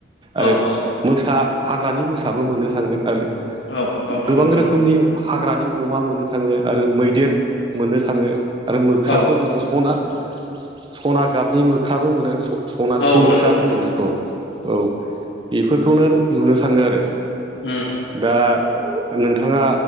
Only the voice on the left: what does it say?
औ
औ
औ। नंगौ
नोंथां
उम
औ
नंगौ नोंथां
उम